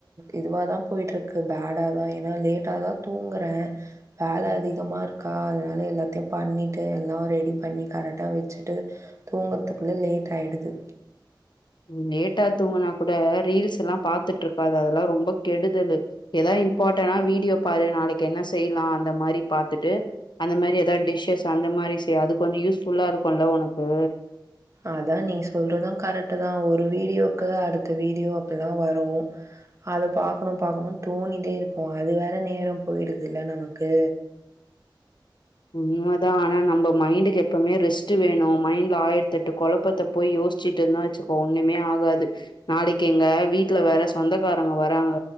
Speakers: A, on the right; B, on the left.
A: இதுவாதான் போய்ட்டு இருக்கு பேடா தான் ஏன்னா லேட்ட தான் தூங்குறேன் வேலை அதிகமா இருக்கா அதனால எல்லாத்தையும் பண்ணிட்டு எல்லாம் ரெடி பண்ணி கரெக்டா வெச்சுட்டு தூங்குறதுக்குள்ள லேட் ஆயிடுது
B: லேட்டா தூங்கன்னா கூட ரீல்ஸ் எல்லாம் பார்த்துட்டு இருக்காத அதெல்லாம் ரொம்ப கெடுதலு எதாவது இம்பார்ட்டனா வீடியோ பாரு நாளைக்கு என்ன செய்யலாம் அந்த மாதிரி பாத்துட்டு அந்த மாதிரி எதாவது டிஷ்ஷஸ் அந்த மாதிரி செய் அது கொஞ்சம் யூஸ்ஃபுல்லா இருக்கும்ல உனக்கு
A: அதான் நீ சொல்றதான் கரெக்ட ட்டு தான் ஒரு வீடியோக்கு அடுத்த வீடியோ அப்பல்லாம் வரும் அத பாக்கணும் பாக்கணும்னு தோணிட்டே இருக்கும் அது வேற நேரம் போயிடுது இல்ல நமக்கு
B: உண்மதான் ஆனா நம்ம மைண்டுக்கு எப்பவுமே ரெஸ்ட் வேணும் மைண்ட்ல ஆயிரத்தி எட்டு கொழப்பத்தை போய் யோசிச்சுட்டு இருந்தான் வச்சுக்கோம் ஒண்ணுமே ஆகாது நாளைக்கு எங்க வீட்டுல வேற சொந்தக்காரங்க வராங்க